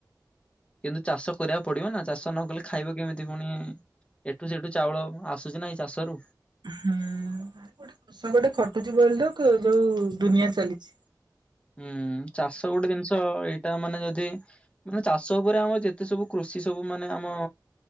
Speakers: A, on the left; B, on the right.
A: କିନ୍ତୁ ଚାଷ କରିବାକୁ ପଡିବ ନା ଚାଷ ନ କଲେ ଖାଇବ କେମିତି ପୁଣି ଏଠୁ ସେଠୁ ଚାଉଳ ଆସୁଚିନା ଏଇ ଚାଷରୁ।
B: ହୁଁ ଗୋଟେ କୃଷକଟେ ଖଟୁଛି ବୋଲିତ ଥ-ଯୋଉ ଦୁନିଆ ଚାଲିଛି।
A: ହୁଁ ଚାଷ ଗୋଟେ ଜିନିଷ ଏଇଟା ମାନେ ଯଦି ମାନେ ଚାଷ ଉପରେ ଆମ ଯେତେ ସବୁ କୃଷି ସବୁ ମାନେ ଆମ